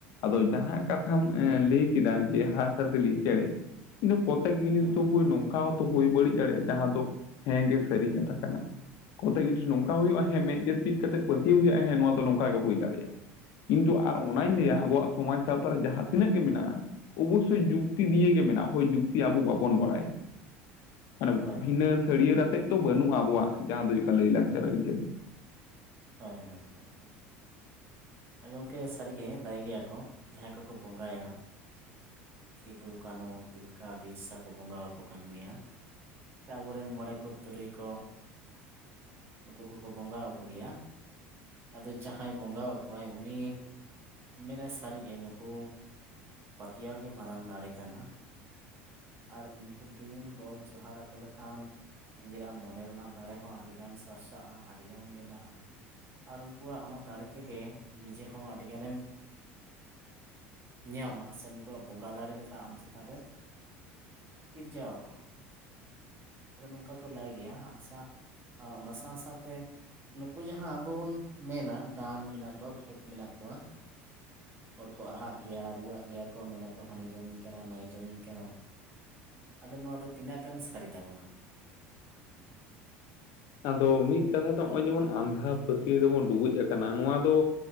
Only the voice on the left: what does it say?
ᱟᱫᱚ ᱡᱟᱦᱟᱸ ᱠᱟ ᱛᱷᱟᱢ
ᱞᱟᱹᱭ ᱠᱮᱫᱟ ᱡᱮ ᱦᱟᱸᱥᱼᱦᱟᱸᱥᱞᱤ ᱪᱮᱬᱮ ᱠᱤᱱᱛᱩ ᱠᱚᱛᱮᱠ ᱡᱤᱱᱤᱥ
ᱫᱚ ᱦᱳᱭ ᱱᱚᱝᱠᱟ ᱦᱩᱭ ᱵᱟᱹᱲᱤᱡ ᱫᱟᱲᱮᱭᱟᱜᱼᱟ ᱡᱟᱦᱟᱸ ᱫᱚ ᱦᱮᱸ ᱜᱮ ᱥᱟᱹᱨᱤ ᱠᱟᱛᱷᱟ ᱠᱟᱱᱟ ᱠᱚᱛᱮ ᱡᱤᱱᱤᱥ ᱱᱚᱝᱠᱟ ᱦᱩᱭᱩᱜᱼᱟ ᱦᱮᱸ ᱢᱮᱫ ᱡᱟᱹᱯᱤᱛ ᱠᱟᱛᱮᱜ ᱯᱟᱹᱛᱭᱟᱹᱣ ᱦᱩᱭᱩᱜᱼᱟ ᱦᱮᱸ ᱱᱚᱣᱟ ᱫᱚ ᱱᱚᱝᱠᱟ ᱜᱮ ᱦᱩᱭ ᱫᱟᱲᱮᱭᱟᱜᱼᱟ ᱠᱤᱱᱛᱩ ᱟᱨ
ᱚᱱᱟᱧ ᱞᱟᱹᱭᱟ ᱟᱵᱚᱣᱟᱜ ᱥᱚᱢᱟᱡᱽ ᱥᱟᱶᱛᱟ ᱨᱮ ᱡᱟᱦᱟᱸ ᱛᱤᱱᱟᱹᱜ ᱜᱮ ᱢᱮᱱᱟᱜᱼᱟ ᱚᱵᱚᱥᱥᱳᱭ ᱡᱩᱠᱛᱤ ᱫᱤᱭᱮ ᱜᱮ ᱢᱮᱱᱟᱜ-ᱟ ᱦᱳᱭ ᱡᱩᱠᱛᱤ ᱟᱵᱩ ᱵᱟᱵᱚᱱ ᱵᱟᱲᱟᱭᱟ
ᱢᱟᱱᱮ ᱵᱷᱤᱱᱟᱹ
ᱥᱟᱹᱲᱤᱭᱟᱹᱲ ᱟᱛᱮᱫ ᱫᱚ ᱵᱟᱹᱱᱩᱜᱼᱟ ᱟᱵᱚᱣᱟᱜ ᱡᱟᱦᱟᱸ ᱫᱚ ᱦᱩᱭᱩᱜ ᱠᱟᱱᱟ ᱞᱟᱹᱭᱼᱞᱟᱠᱪᱟᱨ ᱟᱹᱨᱤᱪᱟᱹᱞᱤ
ᱟᱫᱚ ᱢᱤᱫ ᱠᱟᱛᱷᱟ ᱫᱚ ᱱᱚᱜᱼᱚᱭ ᱡᱮᱢᱚᱱ ᱟᱸᱫᱷᱟ ᱯᱟᱹᱛᱭᱟᱹᱣ ᱫᱚᱵᱚᱱ ᱰᱩᱵᱩᱡ ᱟᱠᱟᱱᱟ, ᱱᱚᱣᱟ ᱫᱚ